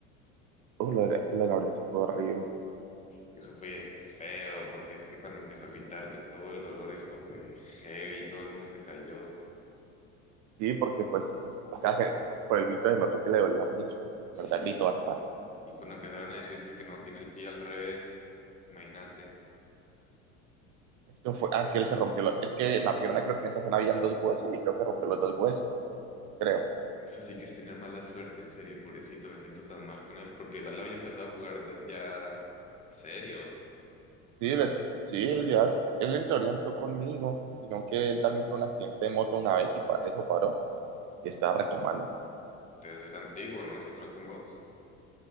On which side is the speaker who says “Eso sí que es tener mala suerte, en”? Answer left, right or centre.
Left